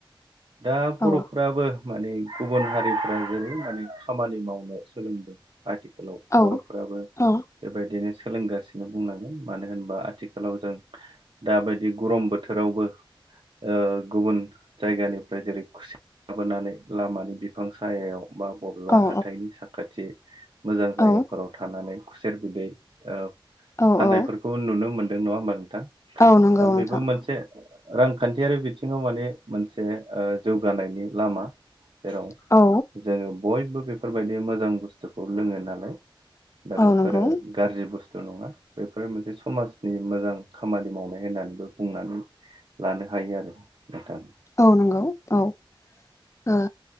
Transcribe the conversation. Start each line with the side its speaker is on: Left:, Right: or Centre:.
Right: दा बर'फ्राबो
Left: औ
Right: माने गुबुन हारिफ्रा जेरै माने खामानि मावनो सोलोंदों आथिखालाव
Left: औ
Right: बर'फोराबो
Left: औ
Right: बेबायदिनो सोलोंगासिनो बुंनांगोन मानो होनबा आथिखालाव जों दाबायदि गरम बोथोरावबो ओ गुबुन जायगानि ओमफ्राय जेरै खुसि लााबोनानै लामानि बिफां सायाव बा बबेबा
Left: औ
Right: हाथाइनि साखाथि मोजां जायगाफोराव
Left: औ
Right: थानानै खुसेर बिदै ओ
Left: औ
Right: फानानायफोरखौ
Left: औ
Right: नुनो मोनदों नङा होमबा नोंथां?
Left: औ नंगौ
Right: दा
Left: नोंथां
Right: बेबो मोनसे रांखान्थियारि बिथिङाव माने मोनसे ओ जौगानायनि लामा जेराव
Left: औ
Right: जोङो बयबो बेफोरबायदि मोजां बुस्थुखौ लोङो नालाय दा बेफोरो
Left: औ नंगौ
Right: गाज्रि बुस्थु नङा बेफोर मोनसे समाजनि मोजां खामानि मावनाय होननानैबो बुंनानै लानो हायो आरो गोथां।
Left: औ नंगौ औ